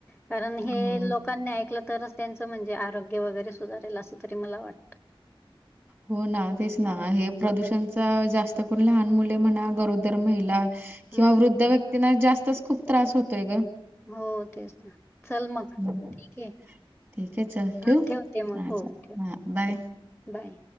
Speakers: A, in the centre; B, on the right (about 25°).
A: कारण
B: हो.
A: हे लोक लोकांनी ऐकलं तरच त्यांचं म्हणजे आरोग्य वगैरे सुधारेल असं तरी मला वाटतं.
B: हो ना तेच ना हे प्रदूषणचा जास्त करून लहान मुले म्हणा गरोदर महिला किंवा
A: हम्म.
B: वृद्ध व्यक्तींना जास्तच खूप त्रास होतोय ग.
A: हो तेच ना चल मग
B: हं.
A: ठीक आहे.
B: ठीक आहे, चल
A: हा
B: ठेवू?
A: ठेवते मग
B: हां,
A: हो
B: चल.
A: ठेव
B: हां, बाय.
A: ते बाय.